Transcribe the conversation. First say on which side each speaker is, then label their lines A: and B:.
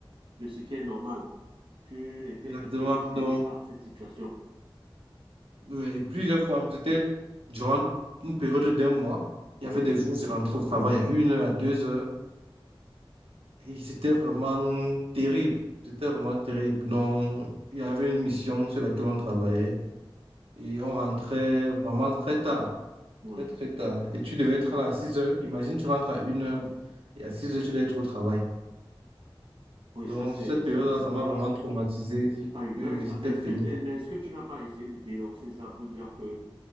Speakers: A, on the right; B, on the right.
A: de ce qui est normal. Tu étais
B: exactement.
A: un peu excédé
B: Donc,
A: par cette situation.
B: ouais, et plusieurs fois, c'était durant une période d'un mois.
A: Oui,
B: Il y avait des jours, je rentrais au travail à une heure, à deux heures. Et c'était vraiment terrible. C'était vraiment terrible. Non, il y avait une mission sur laquelle on travaillait. Et on rentrait vraiment très tard.
A: oui.
B: Très, très tard. Et tu devais être là à 6 heures. Imagine, tu rentres à une heure. Et à 6 heures, tu devais être au travail.
A: Oui,
B: Donc,
A: ça, c'est,
B: cette
A: c'est,
B: période-là,
A: c'est
B: ça m'a
A: pas,
B: vraiment traumatisé.
A: c'est pas humain,
B: Oui,
A: ça.
B: oui, c'était
A: Mais est-ce
B: pénible.
A: que, tu- mais est-ce que tu n'as pas essayé de dénoncer ça pour dire que